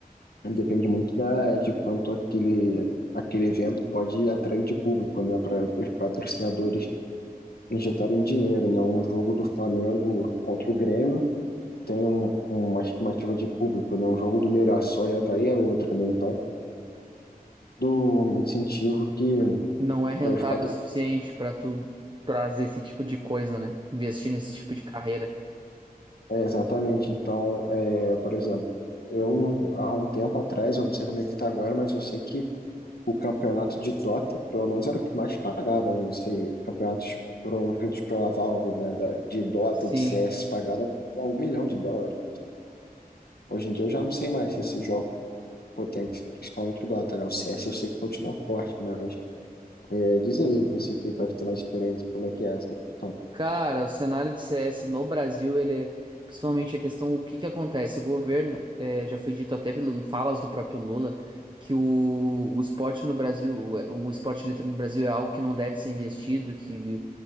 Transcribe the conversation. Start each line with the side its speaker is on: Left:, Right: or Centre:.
Left: depende muito da, de quanto aquele, aquele evento pode atrair de público, né? Para os patrocinadores injetarem dinheiro, né? Um jogo do Flamengo contra o Grêmio tem um- uma estimativa de público, né? o jogo do Mirassol e Avaí é outra, né? Então, do incentivo que
Right: Não é rentável
Left: é, os patro...
Right: o suficiente pra tu trazer esse tipo de coisa, né? Investir nesse tipo de carreira.
Left: é, exatamente. Então, é, por exemplo, eu há um tempo atrás, eu não sei como é que está agora, mas eu sei que o campeonato de Dota, pelo menos era o que mais pagava, né? Não sei, os campeonatos promovidos pela Valve, né? Da, de Dota,
Right: Sim.
Left: de CS, pagava um milhão de dólares. Hoje em dia eu já não sei mais se esses jogos potentes, principalmente o Dota, né? O CS eu sei que continua forte, mas Diz aí, você tem mais diferente, como é que é essa questão?
Right: Cara, o cenário de CS no Brasil, ele é principalmente a questão, o que que acontece? O governo, é, já foi dito até pelas falas do próprio Lula, que o, o esporte no Brasil, o, o esporte eletrônico no Brasil é algo que não deve ser investido, que